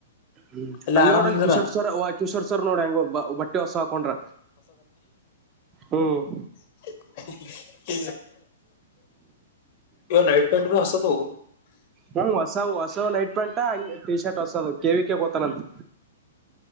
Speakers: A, on the right (about 25°); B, on the left (about 45°).
A: ಹ್ಮ್
B: ಎಲ್ಲ
A: ಅಲ್ಲಿ
B: ಆರಾಮ್
A: ನೋಡಲ್ಲಿ
B: ಅಂದಾರ
A: ಕಿಶೋರ್ ಸರ್ ಕಿಶೋರ್ ಸವರ್ ನೋಡಂಗ ಬಟ್ಟ ಟ್ಟ ಹೊಸ ಹಾಕೊಂಡ್ರ ಹ್ಮ
B: <inaudible> ಇ ನೈಟ್ ಪ್ಯಾಂಟ್ ಬ ಅತೋಗ
A: ಹ್ಮ ಹೊಸ ಹೊಸವ್ ನೈಟ್ ಪ್ಯಾಂಟ್ ಹಂಗ ಟಿ ಶರ್ಟ್ ಹೊಸದು ಕೇವಿಿಕ ಕತಾನಂತ